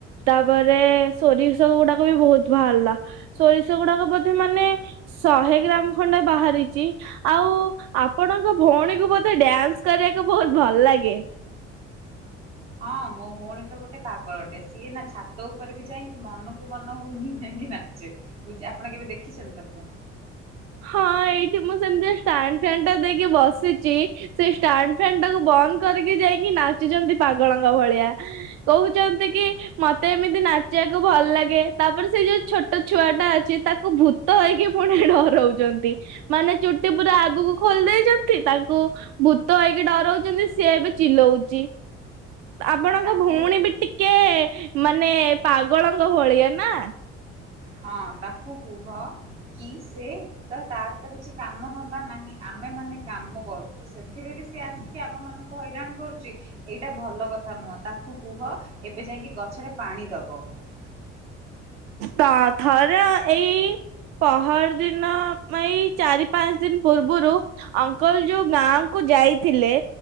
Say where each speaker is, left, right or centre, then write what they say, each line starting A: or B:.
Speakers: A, on the right; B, on the right.
A: ତାପରେ ସୋରିଷ ଗୁଡାକ ବି ବହୁତ ବାହାରିଲା ସୋରିଷ ଗୁଡାକ ବୋଧେ ମାନେ ଶହେ ଗ୍ରାମ ଖଣ୍ଡେ ବାହାରିଛି। ଆଉ ଆପଣଙ୍କ ଭଉଣୀକୁ ବୋଧେ ଡ୍ୟାନ୍ସ କରିବାକୁ ବହୁତ ଭଲ ଲାଗେ?
B: ହଁ ମୋ ଭଉଣୀ ତ ଗୋଟେ ପାଗଳଟେ ସିଏ ନା ଛାତ ଉପରେ ବି ଯାଇକି ମନକୁ ମନ ହଉଚି ହେଇଁକି ନାଚେ ପୂଜା ଆପଣ କେବେ ଦେଖିଛନ୍ତି ତାକୁ?
A: ହଁ ଏଇଠି ମୁଁ ସେମିତି ଷ୍ଟାଣ୍ଡ ଫ୍ୟାନ ଟା ଦେଇକି ବସିଛି। ସେ ଷ୍ଟାଣ୍ଡ ଫ୍ୟାନ ଟାକୁ ବନ୍ଦ କରିକି ଯାଇକି ନାଚୁଛନ୍ତି ପାଗଳଙ୍କ ଭଳିଆ। କହୁଛନ୍ତି କି ମତେ ଏମିତି ନାଚିବାକୁ ଭଲ ଲାଗେ ତାପରେ ସେ ଯୋଉ ଛୋଟ ଛୁଆ ଟା ଅଛି ତାକୁ ଭୂ ତ ହେଇକି ପୁଣି ଡରଉଛନ୍ତି ମାନେ ଚୁଟି ପୁରା ଆଗକୁ ଖୋଲି ଦେଇେଇଛନ୍ତି ତାଙ୍କୁ ଭୂତ ହେଇକି ଡରଉଛନ୍ତି ସିଏ ଏବେ ଚିଲଉଛି। ଆପଣଙ୍କ
B: ତାକୁ
A: ଭଉଣୀ ବି ଟିକେ ମାନେ ପାଗଳଙ୍କ ଭଳିଆ ନା?
B: ହଁ ତାକୁ କୁହ କି ସେ ତ ତାର ତ କିଛି କାମ ଧନ୍ଦା ନାହିଁ ଆମେ ମାନେ କାମ କରୁଛୁ ସେଥିରେ ବି ସିଏ ଆସି କି ଆମ ମାନଙ୍କୁ ହଇରାଣ କରୁଛି ଏଇଟା ଭଲ କଥା ନୁହଁ ତାକୁ କୁହ ଏବେ ଯାଇକି ଗଛରେ ପାଣି ଦବ।
A: ତ ଥରେ ଏଇ ପହର ଦିନ ଏଇ ଚାରି ପାଞ୍ଚ ଦିନ ପୂର୍ବରୁ ଅଙ୍କଲ ଯୁ ଗାଁ କୁ ଯାଇଥିଲେ